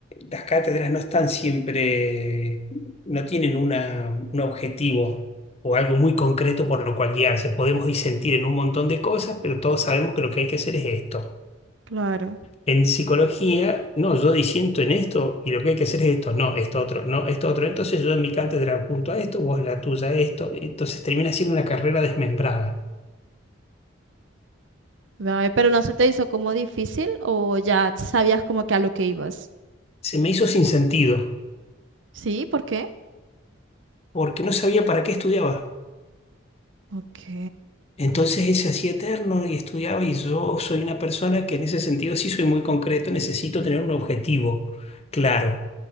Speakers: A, on the left; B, on the right.
A: las cátedras no están siempre, no tienen una- un objetivo o algo muy concreto por lo cual guiarse. Podemos disentir en un montón de cosas, pero todos sabemos que lo que hay que hacer es esto.
B: Claro.
A: En psicología, no, yo disiento en esto y lo que hay que hacer es esto, no, esto otro, no, esto otro. Entonces yo en mi cátedra apunto a esto, vos en la tuya a esto. Entonces termina siendo una carrera desmembrada.
B: Ay, pero no se te hizo como difícil o ya sabías como que a lo que ibas.
A: Se me hizo sin sentido,
B: Sí, ¿por qué?
A: porque no sabía para qué estudiaba.
B: Ok.
A: Entonces él se hacía eterno y estudiaba y yo soy una persona que en ese sentido sí soy muy concreto, necesito tener un objetivo claro.